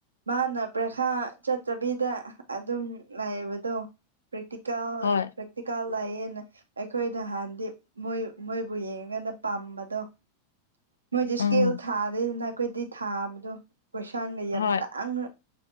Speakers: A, on the right (about 75°); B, on the left (about 70°).
A: ꯃꯥꯅ ꯄꯔꯤꯈꯥ ꯆꯠꯇꯕꯤꯗ ꯑꯗꯨꯝ ꯂꯩꯕꯗꯣ ꯄꯔꯛꯇꯤꯀꯦꯜ
B: ꯍꯣꯏ
A: ꯄꯔ꯭ꯛꯔ꯭ꯤꯀꯦꯜ ꯂꯩꯌꯦꯅ ꯑꯩꯈꯣꯏꯅ ꯍꯥꯟꯗꯤ ꯃꯣꯏ ꯃꯣꯏꯕꯨ ꯌꯦꯡꯉꯒꯅ ꯄꯥꯝꯕꯗꯣ ꯃꯣꯏ
B: ꯎꯝ
A: ꯏꯁꯀꯦꯜ ꯊꯥꯗꯩꯗꯅ ꯑꯩꯈꯣꯏꯗꯤ ꯊꯥꯕꯗꯣ ꯀꯣꯏꯁꯥꯡꯒ ꯌꯥꯝ
B: ꯍꯣꯏ
A: ꯇꯥꯡꯅ